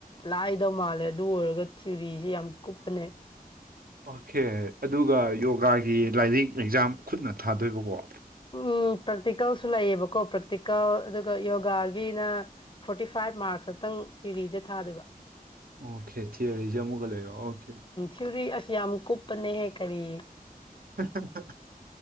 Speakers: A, on the left (about 30°); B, on the right (about 70°).
A: ꯂꯥꯏꯗꯧ ꯃꯥꯟꯂꯦ ꯑꯗꯨ ꯑꯣꯏꯔꯒ ꯊꯤꯌꯣꯔꯤꯖꯦ ꯌꯥꯝ ꯀꯨꯞꯄꯅꯤ
B: ꯑꯣꯈꯦ ꯑꯗꯨꯒ ꯌꯣꯒꯥꯒꯤ ꯂꯥꯏꯔꯤꯛ ꯑꯦꯛꯖꯥꯝ ꯈꯨꯠꯅ ꯊꯥꯗꯣꯏꯕꯀꯣ
A: ꯎꯝ ꯄ꯭ꯔꯦꯛꯇꯤꯀꯦꯜꯁꯨ ꯂꯩꯌꯦꯕꯀꯣ ꯄ꯭ꯔꯦꯛꯇꯤꯀꯦꯜ ꯑꯗꯨꯒ ꯌꯣꯒꯥꯒꯤꯅ ꯐꯣꯔꯇꯤ ꯐꯥꯏꯚ ꯃꯥꯔꯛꯁ ꯈꯛꯇꯪ ꯊꯤꯑꯣꯔꯤꯗ ꯊꯥꯗꯣꯏꯕ
B: ꯑꯣꯈꯦ ꯊꯤꯌꯣꯔꯤꯖꯨ ꯑꯃꯨꯛꯀꯥ ꯂꯩꯕ ꯑꯈꯦ
A: ꯊꯤꯌꯣꯔꯤ ꯑꯁ ꯌꯥꯝ ꯀꯨꯞꯄꯅꯤꯍꯦ ꯀꯔꯤ
B: <unintelligible>